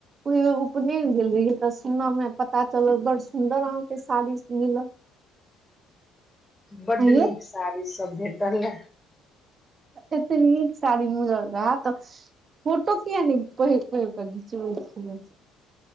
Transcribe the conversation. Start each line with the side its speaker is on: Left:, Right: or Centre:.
Right: कहियो उपनेन गेल रहिये त सुन मे पता चलल बड़ सुंदर आहाँ के साड़ी सब मिलल <inaudible>
Left: बड्ड
Right: यै
Left: नीक साड़ी सब भेटल लै।
Right: एते नीक साड़ी मिलल रहा तऽ फोटो किया नहि पहिर पहिर क घिचबै छियै?